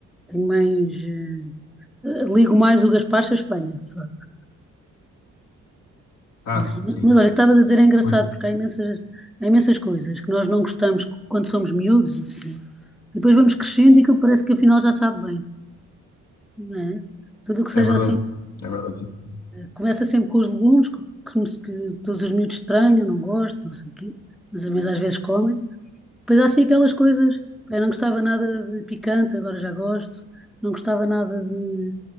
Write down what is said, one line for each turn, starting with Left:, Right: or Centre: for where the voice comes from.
Centre: tenho mais, eh, ligo mais o gaspacho à Espanha. de facto.
Left: Ah,
Centre: Sim,
Left: sim.
Centre: Mas olha, estava a dizer, é engraçado,
Left: Pois.
Centre: porque há imensas, há imensas coisas que nós não gostamos quando somos miúdos, e assim. Depois vamos crescendo e aquilo parece que afinal já sabe bem, não é? Tudo o que seja
Left: É verdade.
Centre: assim,
Left: É verdade, sim. <laughs>
Centre: Começa sempre com os legumes, que, que- que todos os miúdos estranham, não gostam, não sei o quê, mas, mas às vezes comem. Depois há assim aquelas coisas, pá, eu não gostava nada de picante, agora já gosto, não gostava nada de,